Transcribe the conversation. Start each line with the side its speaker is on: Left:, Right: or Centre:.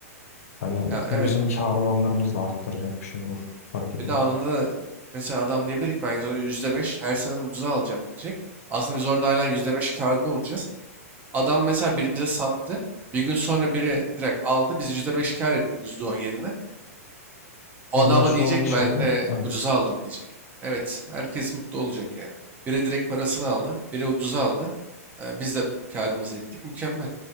Left: Hani
Right: Ya evet
Left: bu bizim kar oranlarımızı da arttıracak bir şey olur. Hareket
Right: bir
Left: olur.
Right: de anında mesela adam diyebilir ki ben %5 her seneden ucuza alacağım diyecek. Aslında biz orada hala %5 karda olacağız. Adam mesela biri bize sattı. Bir gün sonra biri direkt aldı. Biz %5 kar ettik %10 yerine. O
Left: Ondan
Right: adam
Left: sonraki
Right: da diyecek ki
Left: şeyde
Right: ben de
Left: evet.
Right: ucuza aldım diyecek. Evet herkes mutlu olacak yani. Biri direkt parasını aldı. Biri ucuza aldı. Ee, biz de karımızı ettik. Mükemmel.